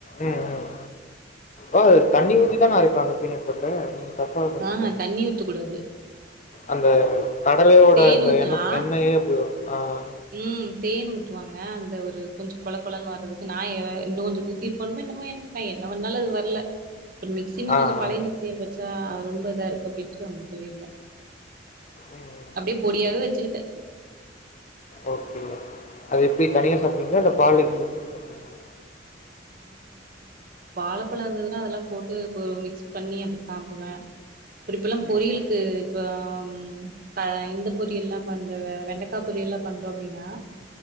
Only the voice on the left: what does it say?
உம் உம் அ தண்ணி ஊத்திதா நா அர வாங்க பீனட் பட்டரு நீங்க தப்பா பண்டிங்க
அந்த கடலையோட
இந்த
எண்ணோ எண்ணெயே எப்டி வரு ஆஹ்
ஆ, ஆ.
ம்.
ஓகே அது எப்டி தனியா சாப்ட்டுவிங்களா இல்ல பால்லு <unintelligible> மிக்ஸ் பண்ணி சாப்டுவிங்களா
ம்.